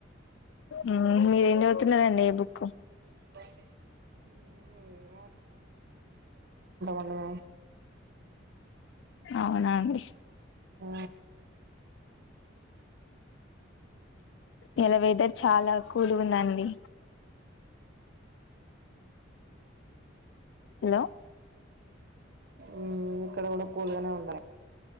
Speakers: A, on the left; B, on the right.
A: ఆ మీది నేవుతున్నదండీ ఈ బుక్కు
B: ఏమో అట్ల
A: అవునండి
B: ఊ
A: ఇలా వెదర్ చాలా కూల్ ఉందండి హలో
B: ఉమ్ ఇక్కడ గూడా కూల్ గానే ఉంద